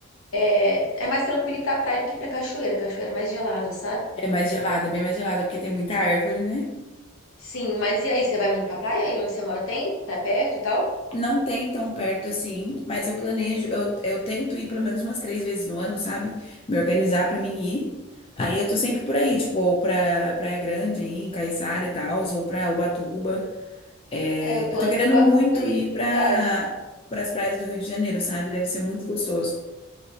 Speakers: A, on the left; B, on the left.
A: É, é mais tranquilo ir pra praia do que pra cachoeira. Cachoeira é mais gelada, sabe?
B: É mais gelada, bem mais gelada, porque tem muita árvore, né?
A: Sim, mas e aí? Você vai muito pra praia? E onde você mora tem? É perto e tal?
B: Não tem tão perto assim, mas eu planejo, eu, eu tento ir pelo menos umas três vezes no ano, sabe? Me organizar pra mim ir. Aí eu tô sempre por aí, tipo, ou pra Praia Grande aí, em Caiçara e tal, ou pra Ubatuba. É,
A: É, eu tô
B: eu tô
A: entre
B: querendo
A: Ubatuba
B: muito
A: e
B: ir
A: Trindade.
B: pra, pras praias do Rio de Janeiro, sabe? Deve ser muito gostoso.